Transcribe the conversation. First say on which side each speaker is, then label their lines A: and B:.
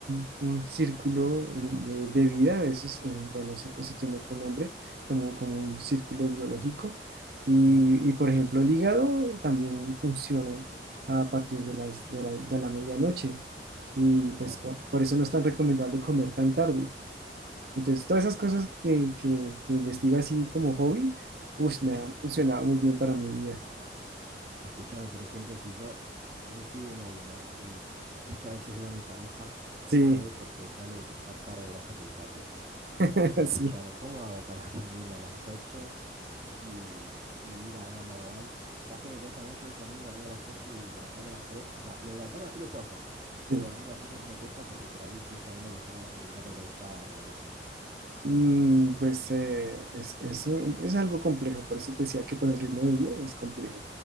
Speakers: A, on the right; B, on the right.
A: un- un círculo de, de vida, eso es, eh, bueno, eso, eso tiene otro nombre, como, como un círculo biológico. Y,
B: ajá,
A: y, por ejemplo, el hígado también funciona a partir de las, de la, de la medianoche. Y pues
B: wow.
A: por por eso no es tan recomendable comer tan tarde entonces, todas esas cosas que, que, que investigo así como hobby, uff,
B: Ujú.
A: me han funcionado muy bien para mi vida.
B: Y escúchame, por ejemplo, si yo, si yo estoy de novio, ¿no? Y muchas veces veo a mi pareja
A: Sí,
B: tarde porque sale de cursar tarde de la facultad de ella.
A: <laughs>
B: Escúchame,
A: sí,
B: ¿cómo hago para <laughs> dormirme a las ocho? y, y ir a verla igual. ¿Sabes que me cuesta mucho eso a mí, dormirme a las 8 y levantarme a las tres O sea, lo de levantarme a las 3 lo puedo hacer,
A: sí.
B: pero dormir a las 8 se me cuesta porque por ahí estoy esperando a que salga de la facultad para ir a buscarla, cosas así. ¿no?
A: Mm, pues eh, es, es un- es algo complejo, por eso te decía que por el ritmo de vida es complejo.